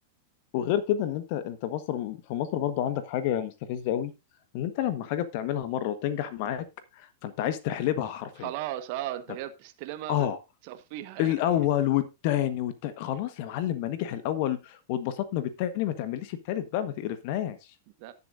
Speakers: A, on the left; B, on the right.
A: وغير كده ان انت انت مصر في مصر برضو عندك حاجه مستفزه قوي ان انت لما حاجه بتعملها مره وتنجح معاك فانت عايز تحلبها حرفيا
B: فخلاص اه انت
A: طب
B: كده بتستلمها
A: اه
B: بتصفيها
A: الاول
B: يعني
A: والتاني والتاني خلاص يا معلم ما نجح الاول واتبسطنا بالتاني ما تعمليش التالت بقى ما تقرفناش
B: ده